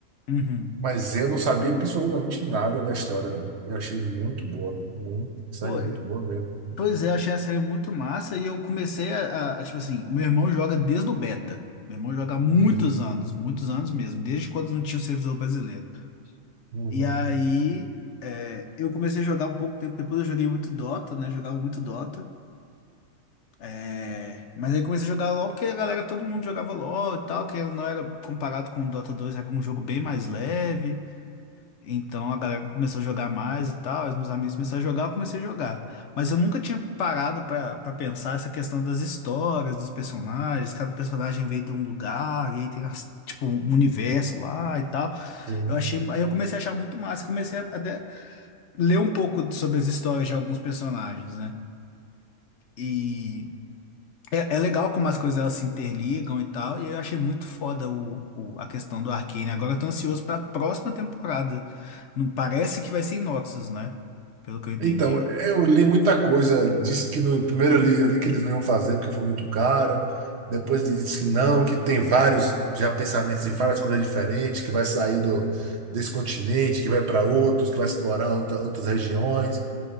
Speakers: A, on the left; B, on the right.
A: Uhum.
B: Mas eu não sabia absolutamente nada da história, velho. Eu achei muito boa, velho. Muito, sério,
A: Pô, eu-
B: muito boa mesmo.
A: pois é, eu achei a série muito massa e eu comecei a, a- a, tipo assim, o meu irmão joga desde o beta. Meu irmão joga há muitos
B: Uhum,
A: anos, muitos anos mesmo, desde quando não tinha o servidor brasileiro.
B: uhum,
A: E aí, é, eu comecei a jogar um pouco tempo depois, eu joguei muito Dota, né? Jogava muito Dota. É, mas aí comecei a jogar LoL porque a galera, todo mundo jogava LoL e tal, que não era comparado com o Dota dois era um jogo bem mais leve. Então a galera começou a jogar mais e tal, os meus amigos começaram a jogar, eu comecei a jogar. Mas eu nunca tinha parado pra pra pensar essa questão das histórias, dos personagens, cada personagem veio de um lugar, e aí tem as- tipo um universo lá e tal.
B: sim.
A: Eu achei, aí eu comecei a achar muito massa, comecei a até ler um pouco sobre as histórias de alguns personagens, né? E é, é legal como as coisas elas se interligam e tal, e eu achei muito foda o, o- a questão do Arcane. Agora eu tô ansioso pra próxima temporada. Não parece que vai ser Noxus, né? Pelo que eu entendi.
B: Então, eu li muita coisa. Disse que no primeiro eu li, eu li que eles não iam fazer porque foi muito caro. Depois disse que não, que tem vários já pensamentos de várias coisas diferentes, que vai sair do, desse continente, que vai para outros, que vai explorar outra- outras regiões.